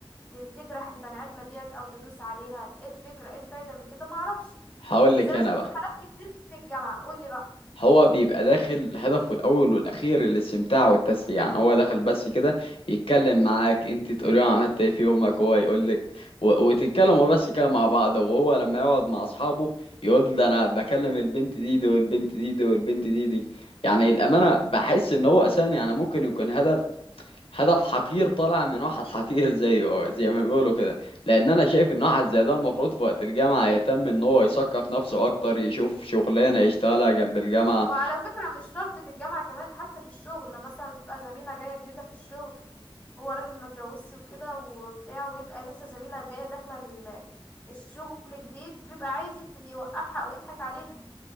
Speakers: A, on the left (about 15°); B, on the left (about 80°).
A: ت- تجرح البني ادمة ديت او تدوس عليها ايه الفكرة ايه الفايدة من كده ما اعرفش
B: هقول
A: بس
B: لك
A: انا
B: انا
A: شفت
B: بقى
A: حالات كتير في الجامعة قول لي بقى
B: هو بيبقى داخل هدفه الأول والأخير الاستمتاع والتسلية يعني هو داخل بس كده يتكلم معاك انت تقولي له عملت ايه في يومك هو يقولك و- وتتكلموا بس كده مع بعض وهو لما يقعد مع أصحابه يقول ده أنا بكلم البنت دي دي والبنت دي دي والبنت دي دي يعني الأمانة بحس إن هو أساسا يعني ممكن يكون هدف هدف حقير طالع من واحد حقير زيه هو زي ما بيقولوا كده لأن أنا شايف إن واحد زي ده المفروض في وقت الجامعة يهتم إن هو يثقف نفسه أكتر يشوف شغلانة يشتغلها جنب الجامعة
A: وعلى فكرة مش شرط في الجامعة كمان حتى في الشغل لما مثلا تبقى زميلة جاية جديدة في الشغل هو راجل ما اتجوزش وكده وبتاع ويبقى لسه زميلة جاية داخلة ال- الشغل جديد بيبقى عايز يت- يوقعها او يضحك عليها